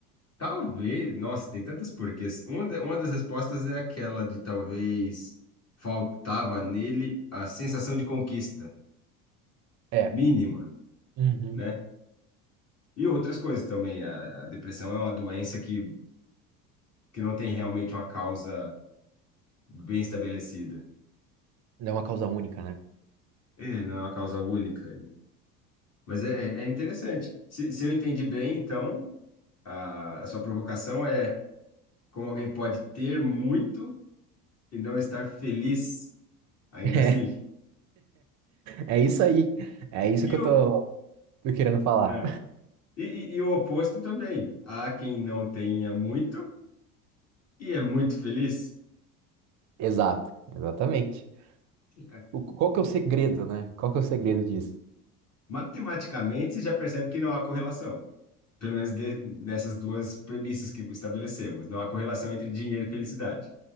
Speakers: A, on the left; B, on the right.
A: Talvez, nossa, tem tantas porquês. Uma, da- uma das respostas é aquela de talvez faltava nele a sensação de conquista
B: É.
A: mínima,
B: Uhum.
A: né? E outras coisas também. A, a depressão é uma doença que que não tem realmente uma causa bem estabelecida.
B: Não é uma causa única, né?
A: É, não é uma causa única. Mas é, é- é interessante. Se, se eu entendi bem, então, a, a sua provocação é como alguém pode ter muito e não estar feliz ainda
B: <laughs>
A: assim.
B: É, é isso aí. É isso
A: E
B: que eu
A: o,
B: tô, tô querendo falar.
A: é. e, e- e o oposto também. Há quem não tenha muito e é muito feliz.
B: Exato. Exatamente.
A: É.
B: O- Qual que é o segredo, né? Qual que é o segredo disso?
A: Matematicamente, você já percebe que não há correlação. Pelo menos de- nessas duas premissas que estabelecemos. Não há correlação entre dinheiro e felicidade.